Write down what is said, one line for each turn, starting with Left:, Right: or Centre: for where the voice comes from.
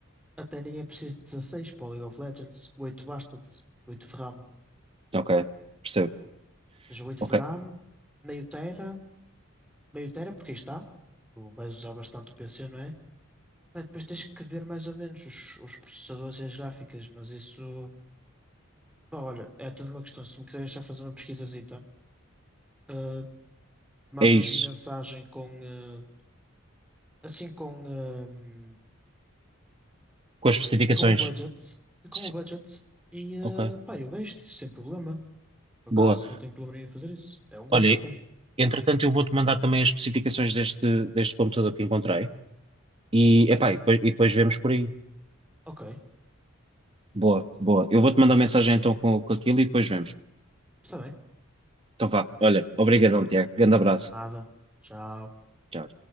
Centre: até nem é preciso de 16, para o League of Legends. oito basta-te. oito de RAM. Ou
Right: Ok, percebo.
Centre: seja, 8
Right: Ok,
Centre: de RAM, meio tera, meio tera, porque aí está. Tu vais usar bastante o PC, não é? Mas depois tens que ver mais ou menos os, os processadores e as gráficas, mas isso, pá, olha, é tudo uma questão. Se me quiseres já fazer uma pesquisazita, ah, mandas-me
Right: é isso.
Centre: mensagem com, ah, assim, com, ah,
Right: Com as especificações.
Centre: com o budget, com
Right: Sim.
Centre: o budget, e, ah,
Right: Ok,
Centre: pá, eu vejo isso sem problema. Por acaso,
Right: boa.
Centre: não tenho problema nenhum em fazer isso. É um gosto
Right: Olha,
Centre: até.
Right: entretanto, eu vou-te mandar também as especificações deste, deste computador que encontrei. E,
Centre: Ok,
Right: epá, e depois, e depois vemos por aí.
Centre: ok,
Right: Boa, boa. Eu vou-te mandar mensagem então com, com aquilo e depois vemos.
Centre: está bem.
Right: Então vá. Olha, obrigado Tiago. Grande abraço.
Centre: Nada. Tchau.
Right: Tchau.